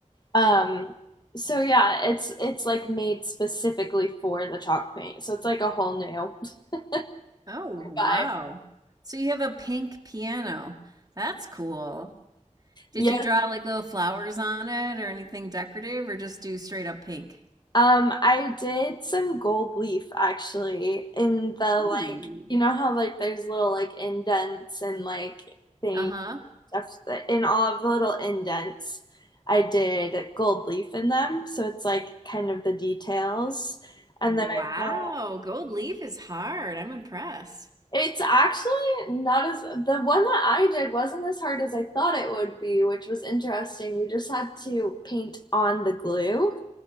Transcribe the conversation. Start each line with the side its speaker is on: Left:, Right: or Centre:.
Left: Um so yeah, it's it's like made specifically for the chalk paint. So it's like a whole new <laughs>
Right: Oh, wow.
Left: vibe.
Right: So you have a pink piano. That's cool. Did
Left: Yeah.
Right: you draw like little flowers on it or anything decorative, or just do straight up pink?
Left: Um, I did some gold leaf actually in the
Right: Ooh.
Left: like you know how like there's little like indents and like things
Right: Uh-huh.
Left: stuff that- in all of the little indents I did gold leaf in them so it's like kind of the details and
Right: Wow.
Left: then I bought
Right: Gold leaf is hard. I'm impressed.
Left: it's actually not as the one that I did wasn't as hard as I thought it would be which was interesting you just had to paint on the glue